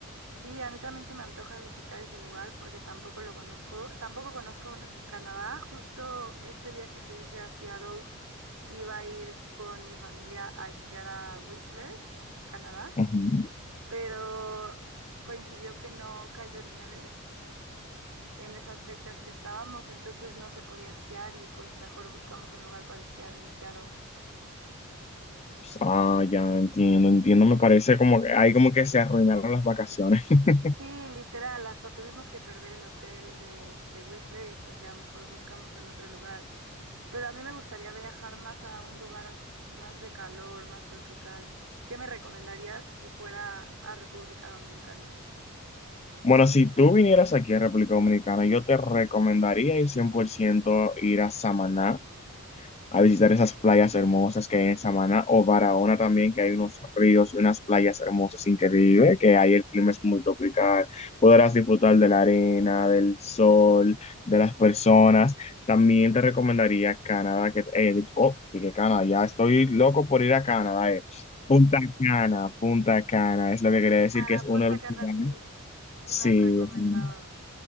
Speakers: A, on the right; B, on the left.
A: Sí, a mí también se me antoja visitar ese lugar porque tampoco lo conozco, tampoco conozco n- Canadá, justo este viaje que hice a Seattle. Iba a ir con mi familia a esquiar a Whistler, Canadá,
B: Ujú.
A: pero coincidió que no cayó nieve en esas fechas que estábamos, entonces no se podía esquiar y pues mejor buscamos un lugar para esquiar en Seattle.
B: Ah, ya entiendo, entiendo. Me parece como que ahí como que se arruinaron las vacaciones. <laughs>
A: Sí, literal, hasta tuvimos que perder el hotel de, de Whistler y pues ya mejor buscamos en otro lugar. Pero a mí me gustaría viajar más a un lugar más de calor, más tropical. ¿Qué me recomendarías si fuera a República Dominicana?
B: Bueno, si tú vinieras aquí a República Dominicana, yo te recomendaría ir 100% ir a Samaná. a visitar esas playas hermosas que hay en Samaná o Barahona también, que hay unos ríos y unas playas hermosas increíbles, que ahí el clima es muy tropical, podrás disfrutar de la arena, del sol, de las personas. También te recomendaría Canadá, que, eh, di- oh, dije Canadá, ya estoy loco por ir a Canadá, eh. Punta Cana, Punta Cana, es lo que quería decir,
A: Ah,
B: que es uno
A: Punta
B: de los
A: Cana
B: lugares,
A: sí, sí
B: sí,
A: me han recomendado.
B: sí,